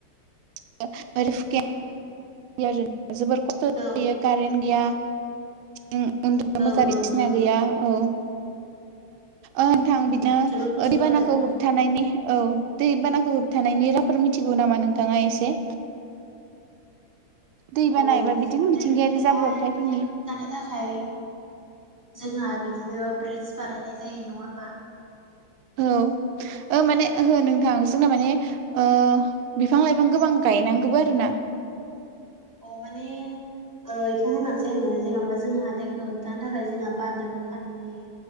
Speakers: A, on the right (about 80°); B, on the right (about 20°).
A: <unintelligible> जोबोर खस्थ' जायो
B: औ
A: कारेन्ट गैया उ उन्दुनो मोजा
B: औ
A: बसिना
B: औ नंगौ
A: गैया औ औ। थां बिदिनो
B: जोबोद खस्थ'
A: ओ दैबानाखौ
B: आरोना
A: होबथानायनि औ दैबानाखौ होबथानायनि राहाफोर मिथिगौ नामा नोंथाङा एसे? दैबाना
B: अ
A: एबा बिदिनो मिथिंगायारि
B: दैफोरखौलाय
A: जाब्रबथायफोरनि
B: बिदि होबथानो थाखाय जोंहा बिदिनो ब्रिडज बानायनाय जायो नङा होमबा?
A: औ ओ माने ओहो नोंथां जोंना माने ओ बिफां लाइफां गोबां गाय गायनांगोबो आरोना।
B: अ माने ओ इखो होनांसै आङो जेन'बा जोंहा दैखौ होबथानो थाखाय जोंहा बान्दोबो खानाय जायो।